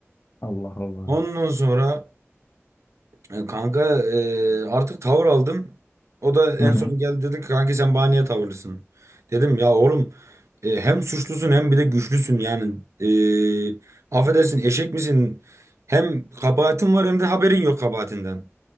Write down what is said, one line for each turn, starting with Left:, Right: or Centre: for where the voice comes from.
Left: Allah Allah.
Right: Ondan sonra e, kanka e, artık tavır aldım. O da en
Left: Hı hı.
Right: son geldi dedi ki kanki sen bana niye tavırlısın? Dedim ya oğlum e, hem suçlusun hem bir de güçlüsün yani. E, affedersin eşek misin? Hem kabahatin var hem de haberin yok kabahatinden.